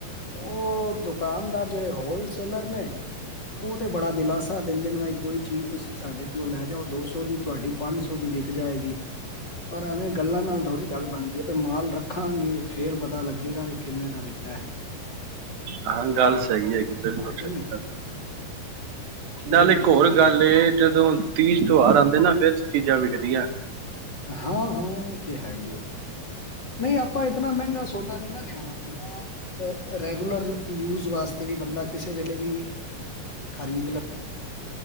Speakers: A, on the left; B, on the right.
A: ਉਹ ਦੁਕਾਨਦਾਰ ਜਿਹੜੇ ਹੋ। ਹੋਲਸੇਲਰ ਨੇ। ਉਹ ਤੇ ਬੜਾ ਦਿਲਾਸਾ ਦਿੰਦੇ ਨੇ ਬਾਈ ਕੋਈ ਚੀਜ਼ ਤੁਸੀਂ ਸਾਡੇ। ਕੋਲੋਂ ਲੈ ਜਾਓ ਦੋ ਸੌ ਦੀ ਤੁਹਾਡੀ ਪੰਜ ਸੌ ਦੀ ਵਿਕ ਜਾਏਗੀ ਪਰ ਐਵੇਂ ਗੱਲਾਂ ਨਾਲ ਥੋੜ੍ਹੀ ਗੱਲ ਬਣਦੀ ਹੈ ਤੇ ਮਾਲ ਰੱਖਾਂਗੇ ਫੇਰ ਪਤਾ ਲੱਗੇਗਾ ਵੀ ਕਿੰਨੇ ਦਾ ਵਿਕਦਾ ਹੈ।
B: ਹਾਂ ਗੱਲ ਸਹੀ ਹੈ। ਬਿਲਕੁਲ
A: ਕਿ
B: ਸਹੀ
A: ਨਹੀਂ? ਫੇਰ
B: ਨਾਲ ਇੱਕ
A: ਪਤਾ
B: ਹੋਰ
A: ਲੱਗੇਗਾ।
B: ਗੱਲ ਜਦੋਂ ਤੀਜ ਤਿਉਹਾਰ ਆਉਂਦੇ ਨਾ ਫਿਰ। ਚੀਜ਼ਾਂ ਵਿਕ ਦੀਆਂ।
A: ਹਾਂ ਹਾਂ ਉਹ ਤੇ ਹੈ ਹੀ ਹੈ ਨਹੀਂ ਆਪਾਂ ਇਤਨਾ ਮਹਿੰਗਾ ਸੌਦਾ ਨਹੀਂ ਨਾ ਲੈਣਾ ਹੁੰਦਾ ਰੈਗੂਲਰ ਯੂਜ ਵਾਸਤੇ ਵੀ ਬੰਦਾ। ਕਿਸੇ ਵੇਲੇ ਵੀ। ਖ਼ਰੀਦ ਲਵੇ।